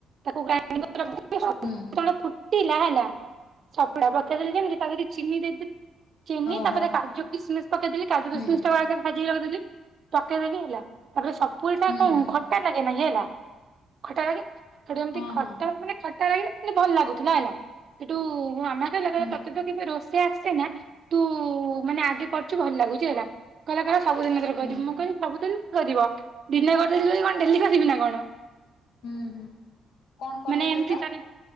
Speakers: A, on the right (about 55°); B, on the left (about 85°).
A: ତାକୁ ଗ୍ରାଇଣ୍ଡିଙ୍ଗ କରି ରଖିଦେଇ <unintelligible>
B: ହୁଁ।
A: କଣ ଫୁଟିଲା ହେଲା ସପୁରା ପକେଇଦେଲି ଯେମିତି ତାପରେ ଚିନି ଦେଇଦେଲି। ଚିନି
B: ଓହୋ
A: ତାପରେ କାଜୁ କିସମିସ୍ ପକେଇଦେଲି କାଜୁ
B: ହୁଁ
A: କିସମିସ
B: ହୁଁ ଓହୋ ହୁଁ
A: ଟା ଆଗେ ଭାଜିିକୁ ରଖିଦେଲି। ପକେଇଦେଲି ହେଲା ତାପରେ ସପୁରି ଟା
B: ହୁଁ
A: କଣ
B: ହୁଁ
A: ଖଟା ଲାଗେ ନା ହେଲା ଖଟା ଲାଗେ। ସେଠୁ ଏମତି
B: ହଁ
A: ଖଟା
B: ହଁ।
A: ମାନେ ଖଟା ଲାଗିଲା ଭଲ ଲାଗୁଥିଲା ହେଲା। ସେଠୁ ମୋ ମାମା କହିଲା
B: ହୁଁ
A: ତତେ ତ କେବେ ରୋଷେଇ ଆସେ ନା। ତୁ ମାନେ ଆଜି କରିଛୁ ଭଲ ଲାଗୁଚି ହେଲା। କଲା କହିଲା ସବୁଦିନ ଏଥର କରିବୁ।
B: ହୁଁ
A: ମୁଁ କହିଲି ସବୁ ଦିନ କିଏ କରିବ ଦିନେ କରିଦେଲିବୋଲି କଣ ଡେଲି କରିବି ନା କଣ।
B: ହୁଁ, ହୁଁ। କଣ କଲ
A: ମାନେ ଏମତି
B: ସେଇଟା
A: ଟାରେ